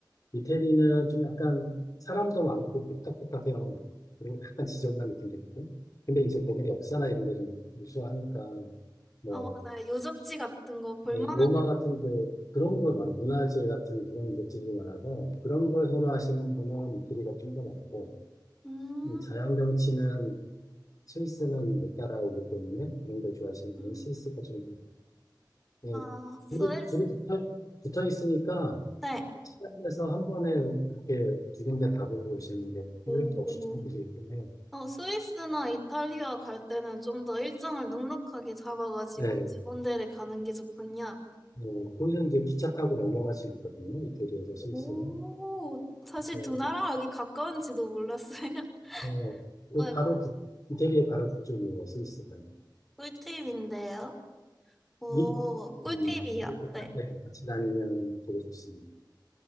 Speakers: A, on the left (about 50°); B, in the centre.
A: 이태리는 좀 약간 사람도 많고 복닥복닥해요. 그리고 약간 지저분한 느낌도 있고. 근데 이제 거기는 역사나 이런 게 좀 우수하니까, 뭐,
B: 어, 맞아요. 유적지 같은 거 네. 볼만하게.
A: 네, 로마 같은데 그런 걸 많아. 문화재 같은 그런 유적지들이 많아서 그런 걸 선호하시는 분은 이태리가 좀 더 많고,
B: 음,
A: 이 자연 경치는 스위스는 못 따라오기 때문에 그런 걸 좋아하시는
B: 음.
A: 분은 스위스가 좀더 네,
B: 아, 스위스.
A: 둘이, 둘이 붙어, 붙어 있으니까
B: 네.
A: 시간 내서 한 번에 그렇게 두 군데 가보고 오시는 게
B: 오.
A: 오히려 더 추천드리긴 해요.
B: 어, 스위스나 이탈리아 갈 때는 좀 더 일정을 넉넉하게 잡아가지고
A: 네,
B: 두 군데를 가는 게 좋군요.
A: 어, 거기서 이제 기차 타고 넘어갈 수 있거든요. 이태리에서 스위스로.
B: 오, 사실
A: 그래서,
B: 두 나라 여기 가까운지도 몰랐어요. <laughs>
A: 그, 어, 그
B: 어,
A: 바로 북, 이태리의 바로 북쪽이에요, 스위스가.
B: 꿀팁인데요. 오,
A: 음,
B: 꿀팁이요.
A: 음, 그렇게
B: 네.
A: 가- 네, 같이 다니면 되게 좋습니다.